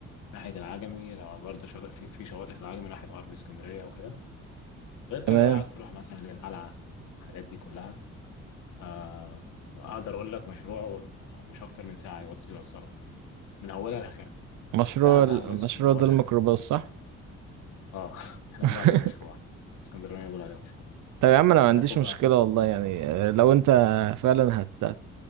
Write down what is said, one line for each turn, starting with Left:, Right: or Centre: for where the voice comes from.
Left: ناحيه العجمي لو برضه شاطئ في, في شواطئ في العجمي ناحيه غرب اسكندريه وكده غير كده
Right: تمام
Left: بقى عايز تروح مثلا للقلعه الحاجات دي كلها آه اقدر اقول لك مشروع مش اكتر من ساعه يوص- يوصلك من اولها لاخرها
Right: مشروع
Left: ساعه ساعه
Right: ال-
Left: ونص
Right: مشروع
Left: من اولها
Right: ده الميكروباص
Left: لاخرها
Right: صح
Left: اه <laughs> احنا
Right: <laughs>
Left: بنقول عليه مشروع اسكندرانيه بيقول عليه مشروع
Right: طب يا عم انا
Left: انت
Right: ما
Left: هتاخد
Right: عنديش مشكله
Left: بقى
Right: والله يعني آه، لو انت فعلا هت هت